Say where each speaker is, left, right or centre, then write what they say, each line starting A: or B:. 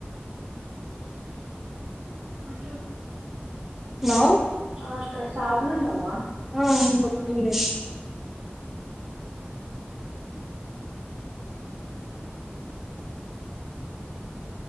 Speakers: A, on the right (about 65°); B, in the centre.
A: <inaudible>
B: హలో
A: ఆ అక్క షాపులున్నావా
B: ఆ ఇంకొక టూ మినిట్స్